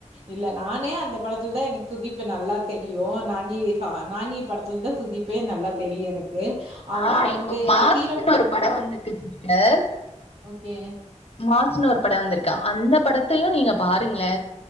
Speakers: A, on the right; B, on the left.
A: இல்ல நானே அந்த படத்துலதான் எனக்கு சுதீப் பு நல்லா தெரியு நானி நானி படத்துல தா சுதீப்பே நல்லா தெரியு எனக்கு அவ
B: ஆஹ்
A: அவ
B: இப்ப
A: வந்து
B: மாசுன்னு
A: ஹீரோ
B: ஒரு பட வந்திருக்கு சிஸ்டர்
A: ஓகே
B: மா சுன்னு ஒரு பட வந்திருக்கு அந்த படத்தையு நீங்க பாருங்ளே